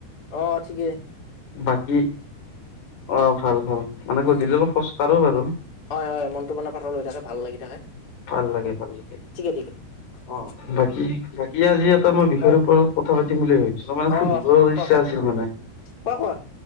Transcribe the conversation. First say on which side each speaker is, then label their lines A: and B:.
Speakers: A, on the left; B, on the left.
A: অ'ঠিকেই।
B: বাকী অ' ভাল ভাল মানে
A: উম
B: গধূলি অলপ খোজকাঢ়ো বাৰু।
A: হয় হয় মনটো মানে পাতল হৈ থাকে ভাল লাগি থাকে।
B: ভাল লাগে, ভাল লাগে।
A: ঠিকে ঠিকে অ
B: বাকী বাকী আজি এটা মই বিষয়ৰ
A: হয়
B: ওপৰত কথা পাতিম বুলি ভাবিছিলোঁ মানে
A: অ
B: সুধিব লগা
A: কোৱা কোৱা
B: আছিল মানে।
A: কোৱা, কোৱা।